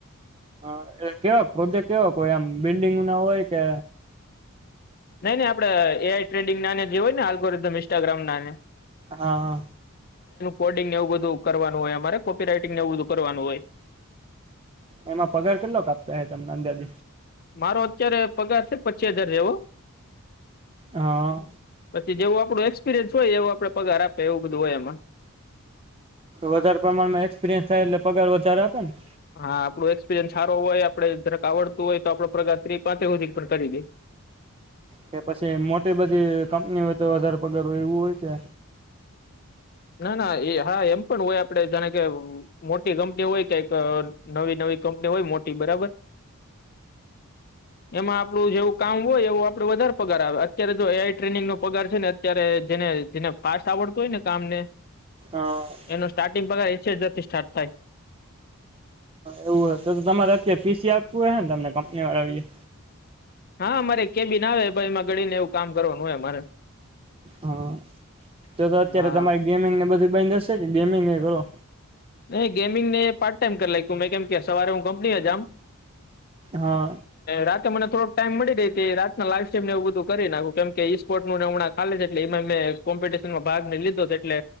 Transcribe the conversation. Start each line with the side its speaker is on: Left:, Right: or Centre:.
Right: હ એટ કેવા પ્રોજેક્ટ કેવાો કોઈ આમ બિલ્ડંગ ના હોય કે
Left: નઈ નઈ આપણે એઆઈ ટ્રેડિંગ નાને જે હોય ને હાલગોી ઇન્સ્ટાગ્રામ નાને
Right: હા હા
Left: કોડિંગ એવું બધું કરવાનું હોય અમારે કોપી રાઈટિંગને એવું બધું કરવાનું હોય
Right: એમાં પગાર કેટલો કાપતા હ તમને અંદાજ
Left: મારો અત્યારે પગાર છે પચી હજાર જેવો
Right: હા
Left: પછી જેવું આપડું એક્સપિરિયન્સ હોય એવો આપડે પગાર આપે એવું બધું હોય એમાં
Right: વધારે પ્રમાણમાં એક્સપિરિયન્સ થાય એટલે પગાર વધારે આપે ને
Left: હા આપણું એક્સપિરિયન્સ સારો હોય આપડે જરાક આવડતું હોય તો આપડ પ્રગા ત્રીિ પાંચે સુી પણ કરી દે <unintelligible>
Right: કે પછી મોટી બધી કંપની હોય તો વધારે પગાર હોય એવું હોય છે
Left: ના ના એ હા એમ પણ હોય આપડે જાણે કે મોટી કંપની હોય કક નવી નવી કંપની હોય મોટી બરાબર એમાં આપણું જેવું કામ હોય એવું આપણે વધારે પગાર આવે અત્યારે જો એઆઈ ટ્રેનિંગ નો પગાર છે ને અત્યારે જેને જેને ફાસ્ટ આવડતું હોય ને કામ ને
Right: અ
Left: એનું સ્ટાર્ટિંગ પગાર એ છેથી સ્ટાર્ટ થાય <unintelligible>
Right: એવું હોય તો તમારે અત્યારે પીસી આપવું હોય ને તમને કંપની વાળા
Left: હા મારે કે બી નાવે ભાઈમાંગળી ને એવું કામ કરવાનું હોય અરે
Right: હા તો તો અત્યારે
Left: હા
Right: તમારી ગેમિંગને બધું દસે કે ગેમિંગ એ કરો
Left: નહી ગેમિંગને પાર્ટ ટાઈમ કરી લ્યું મેં કેમ કે સવારે હું કંપનીમાં જામ
Right: હા
Left: રાતે મને થોડોક ટાઈમ મળી રહી રાતના લાગ ને એવું બધું કરી નાખ્યું કેમ કે ઈ સ્પોર્ટ નું હમણાાલે છે એલે એમાં મેં કોમ્પિટશનમાં ભાગ ઈ લીધો છે એટલે